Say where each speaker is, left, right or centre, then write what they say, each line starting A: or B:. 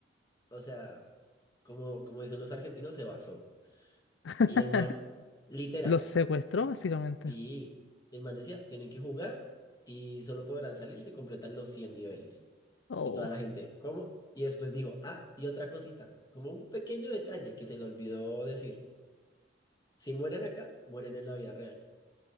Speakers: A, on the left; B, on the left.
A: O sea, como, como dicen los argentinos, se basó.
B: <laughs>
A: Y el man... Literal,
B: Los secuestró, básicamente.
A: Sí, y el man decía, tienen que jugar y solo podrán salir si completan los 100 niveles.
B: Oh,
A: Y toda la gente, ¿cómo? Y después dijo, ah, y otra cosita, como un pequeño detalle que se le olvidó decir, si mueren acá, mueren en la vida real.